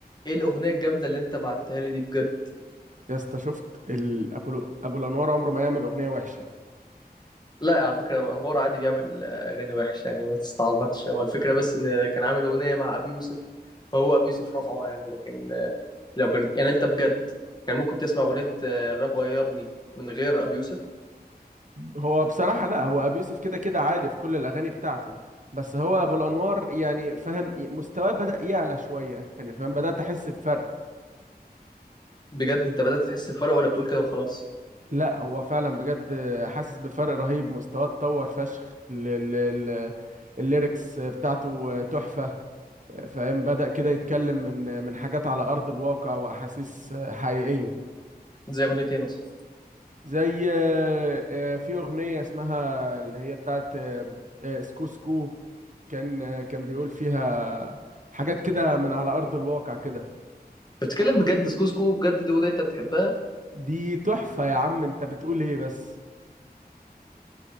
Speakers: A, on the left; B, on the right.
A: ايه الاغنيه الجامده اللي انت بعتها لي دي بجد
B: يا اسطى شفت الابولو ابو الانوار عمره ما يعمل اغنيه وحشه
A: لا على فكره ابو انوار عادي بيعمل آه، اغاني وحش يعني ما تستعبطش هو الفكره بس ان كان عامل اغنيه مع ابي يوسف فهو ابي يوسف رفعه يعني لكن آه، لو كانت يعني انت بجد كان ممكن تسمع اغنيه آه، الراب غيرني من غير ابي يوسف
B: هو بصراحه لا هو ابو يوسف كده كده عالي في كل الاغاني بتاعته بس هو ابو الانوار يعني فاهم مستواه بدا يعلى شويه يعني فاهم بدات احس بفرق
A: بجد انت بدات تحس بفرق ولا بتقول كده وخلاص
B: لا هو فعلا بجد حاسس بفرق رهيب مستواه اتطور فشخ ال- ال- ال- الليركس بتاعته تحفه فاهم بدأ كده يتكلم من من حاجات على أرض الواقع وأحاسيس حقيقية
A: زي اغنيه ايه مثلا
B: زي آه، آه، في أغنية اسمها اللي هي بتاعت آه، آه، سكو سكو كان آه، كان بيقول فيها حاجات كده من على أرض الواقع كده
A: أنت بتتكلم بجد سكو سكو بجد دي اغنيه انت بتحبها
B: دي تحفة يا عم انت بتقول ايه بس